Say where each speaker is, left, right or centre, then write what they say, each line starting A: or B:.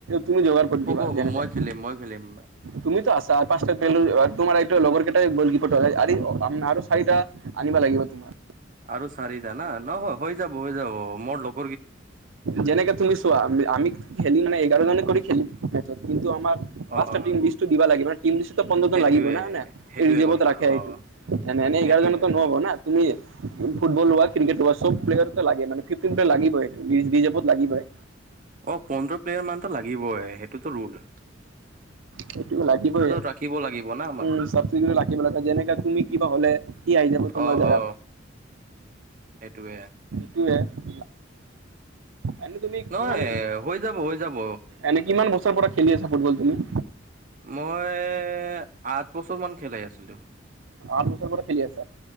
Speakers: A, on the right; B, on the right.
A: তুমি যোগাৰ কৰি
B: হ'ব
A: দিবা
B: হ'ব
A: যেনে
B: মই
A: তেনে
B: খেলিম মই খেলিম
A: তুমিটো আছ চাৰ পাঁচ <unintelligible> তোমাৰ এইটো লগৰ কেইটা গল'কীপাৰটো আৰু চাৰিটা আনিবা লাগিব তোমাৰ।
B: আৰু চাৰিটা না নহ হৈ যাব হৈ যাব মোৰ লগ
A: যেনেকে তুমি চোৱা আমি খেলি মানে এঘাৰ জনে কৰি খেলিম মেচত কিন্তু। আমাক পাঁচটা
B: অ অ
A: টীম লিষ্টটো দিব লাগ টীম লিষ্টত পোন্ধৰজন
B: সেইটোয়ে
A: লাগিব না হয় না
B: সেইটোয়ে
A: এই ৰিজাৰ্ভত
B: কথা
A: ৰাখে এইটো
B: অ
A: এনে, এনে
B: সেইটোয়ে
A: এঘাৰজনতো নহ'ব না। তুমি ফুটবল হোৱা ক্ৰিকেট হোৱা চব প্লেয়াৰতো লাগে ফিফটিন প্লেয়াৰ লাগ ৰিজাৰ্ভত লাগিবই।
B: অ পোন্ধৰ প্লেয়াৰ মানতো লাগিবই সেইটোতো ৰুল।
A: সেইটো লাগিবই
B: ৰাখিব লাগিব না আমাক
A: উম <unintelligible> লাগিব লাগে যেনেকা তুমি কিবা হ'লে। সি আহি যাব তোমাৰ
B: অ
A: জাগাত।
B: অ সেইটোৱে।
A: <unintelligible> এনে তুমি
B: নহয়
A: কিমান
B: হৈ যাব হৈ যাব
A: এনে কিমান বছৰৰ পৰা খেলি আছা ফুটবল তুমি?
B: মই আঠ বছৰ মান খেলাই আছোঁ দিয়ক।
A: আঠ বছৰৰ পৰা খেলি আছা